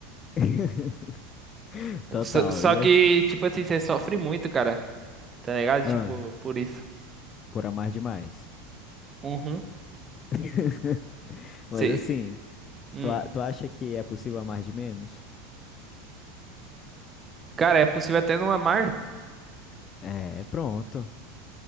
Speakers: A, on the left; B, on the right.
A: <laughs> Total.
B: Só, só
A: E
B: que,
A: assim.
B: tipo assim, você sofre muito, cara. Tá ligado?
A: Ah,
B: Tipo, por isso.
A: por amar demais.
B: Uhum.
A: <laughs>
B: Sei.
A: Mas assim,
B: Hum.
A: tu, a- tu acha que é possível amar de menos?
B: Cara, é possível até não amar,
A: É, pronto.